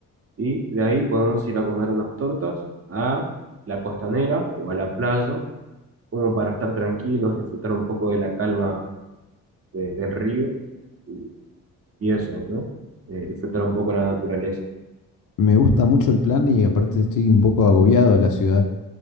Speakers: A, on the right; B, on the left.
A: Y de ahí podemos ir a comer unas tortas a la costanera o a la playa, como para estar tranquilos, disfrutar un poco de la calma de- del río y, y eso, ¿no? Eh, disfrutar un poco la naturaleza.
B: Me gusta mucho el plan y aparte estoy un poco agobiado de la ciudad.